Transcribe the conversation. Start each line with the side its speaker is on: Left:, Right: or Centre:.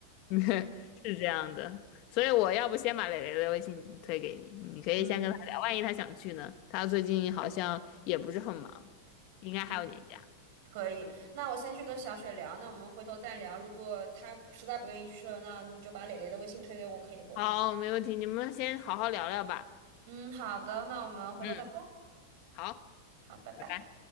Left: <laughs> 是这样的，所以我要不先把蕾蕾的微信推给你，你可以先跟他聊，
Right: 嗯
Left: 万一他想去呢？他最近好像也不是很忙，应该还有年假。
Right: 嗯，可以。那我先去跟小雪聊，那我们回头再聊。如果她实在不愿意去了，那你就把蕾蕾的微信推给我，可以不？
Left: 好，没问题，你们先好好聊聊吧。
Right: 嗯，好的，那我们回头再说。
Left: 嗯，好，
Right: 好，拜拜。
Left: 拜拜。